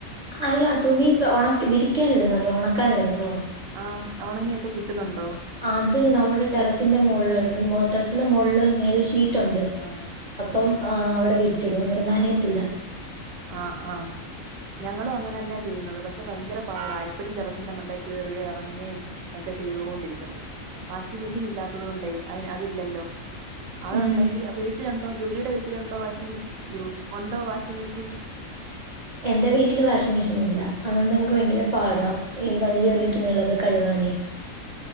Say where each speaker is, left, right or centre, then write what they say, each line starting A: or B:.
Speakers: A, on the right (about 45°); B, on the right (about 75°).
A: അല്ല തുണി ഉണ വിരിക്കാനിടുന്നതോ ഒണക്കാനിടുന്നതോ?
B: ആ ഒണങ്ങിയൊക്കെ കിട്ടുന്നുണ്ടോ
A: അത് നമ്മുടെ ടെറസിന്റെ മോ ടെറസിന്റെ മോള്ള് മേലെ ഷീറ്റ് ഉണ്ട്
B: ആ
A: അപ്പം അ അവിടെ വിരി ചെടി ഒന്നിനും നനയത്തില്ല
B: ആ ആ ഞങ്ങളും അങ്ങനന്നാ ചെയ്യുന്നത് പക്ഷെ ഭയങ്കര പാടാ എപ്പോഴും ടെറസിന്റെ മണ്ടേ കേറേം എറങ്ങേം ഒക്കെ ചെയ്തോണ്ടിരിക്കണം വാഷിംഗ് മിഷീൻ ഇല്ലാത്തതോണ്ടേ അയിന് അതില്ലല്ലോ അതൊണ്ടെങ്കീ
A: ഉം.
B: വീട്ടിലുണ്ടോ ഗൗരിയുടെ വീട്ടിലുണ്ടോ വാഷിംഗ മെഷീൻ യോ ഒണ്ടോ വാഷിംഗ് മെഷീൻ
A: എന്റെ വീട്ടില് വാഷിംഗാ മെഷീനില്ല അതുകൊണ്ട് നമുക്ക് ഭയങ്കര പാടാ ഈ വല്ല്യ വല്ല്യ തുണികളൊക്കെ കഴുകാനേ